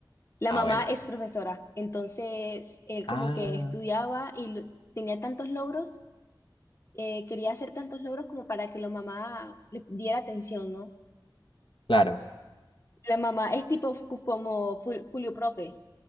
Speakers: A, on the left (about 35°); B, on the left (about 75°).
A: La
B: Ah,
A: mamá
B: bueno, bueno.
A: es profesora, entonces él
B: Ah,
A: como que estudiaba y lo- tenía tantos logros, eh, quería hacer tantos logros como para que la mamá le diera atención, ¿no?
B: claro.
A: La mamá es tipo fu- como Fu- Julio Profe,